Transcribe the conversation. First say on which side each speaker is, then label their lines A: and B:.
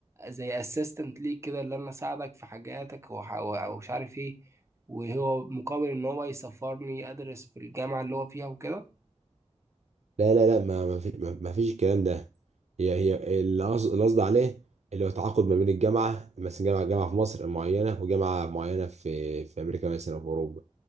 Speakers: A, on the right; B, on the right.
A: زي اسيستنت ليك كده اللي انا اساعدك في حاجاتك وح... ومش عارف ايه وهو مقابل ان هو يسفرني ادرس في الجامعه اللي هو فيها وكده
B: لا لا لا ما ما في ما ما فيش الكلام ده هي هي اللي قصد اللي قصدي عليه اللي هو تعاقد ما بين الجامعه مثلا جامعه جامعه في مصر معينه وجامعه معينه في في امريكا مثلا او في اوروبا